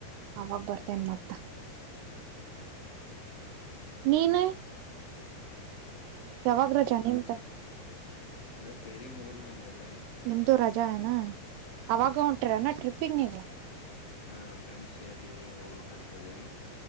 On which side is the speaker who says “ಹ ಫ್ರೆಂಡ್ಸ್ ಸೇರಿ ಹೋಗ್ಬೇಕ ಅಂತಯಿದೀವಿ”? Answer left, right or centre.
Left